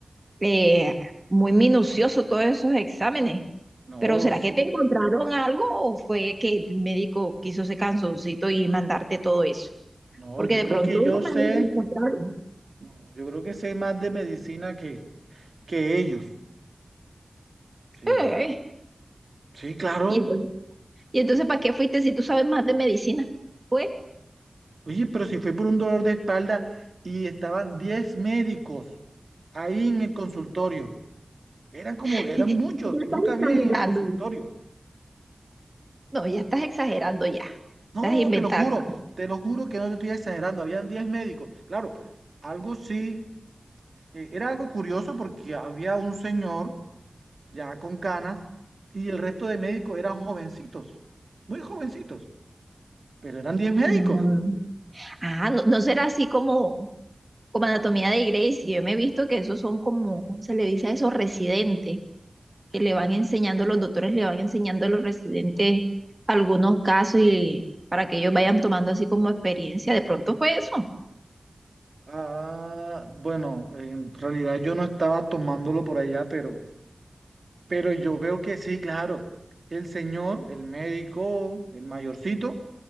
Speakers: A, on the right (about 25°); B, on the right (about 60°).
A: eh, muy minucioso todos esos exámenes.
B: No,
A: Pero ¿será
B: s-
A: que te encontraron algo o fue que el médico quiso ese canzoncito y mandarte todo eso?
B: no,
A: Porque
B: yo
A: de
B: creo
A: pronto
B: que
A: unos
B: yo sé,
A: ahí los encontraron.
B: no, yo creo que sé más de medicina que, que ellos. Sí,
A: Eh,
B: sí, claro.
A: Y entonces, y entonces, ¿para qué fuiste si tú sabes más de medicina? Pues,
B: Oye, pero si fue por un dolor de espalda y estaban 10 médicos ahí en el consultorio. Eran como,
A: <laughs>
B: eran
A: ya
B: muchos,
A: estás
B: no cabía
A: exagerando
B: en el consultorio.
A: ya. No, ya estás exagerando ya.
B: No,
A: Estás inventando.
B: te lo juro, te lo juro que no te estoy exagerando, habían 10 médicos. Claro, algo sí, eh, era algo curioso porque había un señor ya con canas y el resto de médicos eran jovencitos, muy jovencitos, pero eran diez médicos.
A: Mm. Ah, no, no será así como, como anatomía de Grey, que yo me he visto que esos son como, ¿cómo se le dice a esos residentes? Que le van enseñando, los doctores le van enseñando a los residentes algunos casos y para que ellos vayan tomando así como experiencia. De pronto fue eso.
B: Ah, bueno, en realidad yo no estaba tomándolo por allá, pero, pero yo veo que sí, claro, el señor, el médico, el mayorcito